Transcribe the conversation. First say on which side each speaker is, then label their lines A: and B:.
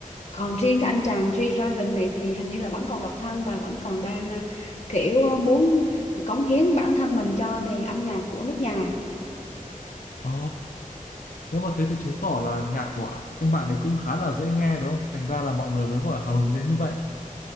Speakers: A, on the left; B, on the left.
A: còn riêng cái anh chàng G-Dragon này thì hình như là vẫn còn độc thân và vẫn còn đang ờ, kiểu ờ, muốn cống hiến bản thân mình cho nền âm nhạc của nước nhà
B: Ồ, nếu mà thế thì chứng tỏ là nhạc của anh bạn ấy cũng khá là dễ nghe đúng không? Thành ra là mọi người mới gọi là hào hứng đến như vậy.